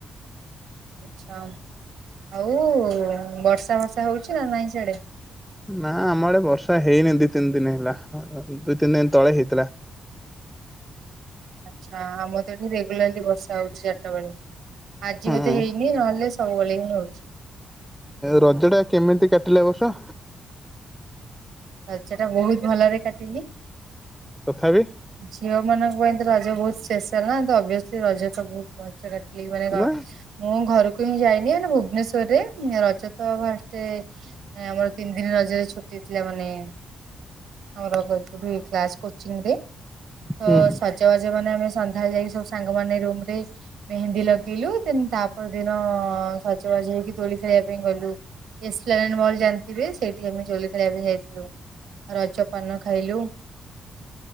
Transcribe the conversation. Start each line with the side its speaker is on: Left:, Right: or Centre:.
Right: ଆଛା ଆଉ ବର୍ଷା ବର୍ଷା ହଉଛି ନା ନାଇଁ ସେଆଡ଼େ?
Centre: ନା ଆମଡ଼େ ବର୍ଷା ହେଇନି ଦି ତିନି ଦୀନ ହେଲା ଦି ତିନି ଦୀନ ତଳେ ହେଇଥିଲା।
Right: ଆଚ୍ଛା ଆମର ତ ଏଠି ରେଗୁଲାରଲି ବର୍ଷା ହଉଛି ଚାରିଟା ବେଳେ। ଆଜି
Centre: ହଁ
Right: ବୋଧେ ହେଇନି ନହେଲେ ସବୁ ବେଳେ ହିଁ ହଉଛି।
Centre: ରଜ ଟା କେମିତି କାଟିଲେ ଏ ବର୍ସ?
Right: ରଜ ଟା ବହୁତ ଭଲରେ କାଟିଲି।
Centre: ତଥାପି
Right: ଝିଅ ମାନଙ୍କ ପାଇଁ ତ ର ବହୁତ୍ ସ୍ପେସିଆଲ ନା ଅବଶ୍ୱଲି ରଜ ତ ବହୁତ ଭଲସେ କାଟିଲି ମାନେ କଣ
Centre: ନା
Right: ମୁଁ ଘରକୁ <unintelligible> ଯାଇନି ଆଣ୍ଡ ଭୁବନେଶ୍ୱରରେ ରଜ ତ ଫାଷ୍ଟେ ଆମର ତିନି ଦିନ ରଜରେ ଛୁଟି ଥିଲା ମାନେ ଆମର କାଉଠୀ କ୍ଲାସ୍ କୋଚିଂରେ। ତ
Centre: ହୁଁ
Right: ସାଜ ବାଜେ ମାନେ ଆମେ ସନ୍ଧ୍ୟା ବେଳେ ଯାଇ ସବୁ ସାଙ୍ଗମାନେ ରୁମ୍ ମେହେନ୍ଦି ଲଗେଇଲୁ, ତାପ ଦିନ ସଜବାଜ ହେଇକି ତୋଳି ଖେଳିବା ପାଇଁ ଗଲୁ ଏକ୍ସପ୍ଲାନେଟ ମହଲ ଜାଣିଥିବେ ସେଇଠିକି ଆମେଦୋଳି ଖେଳିବା ପାଇଁ ଯାଇଥିଲୁ। ରଜ ପାନ ଖାଇଲୁ।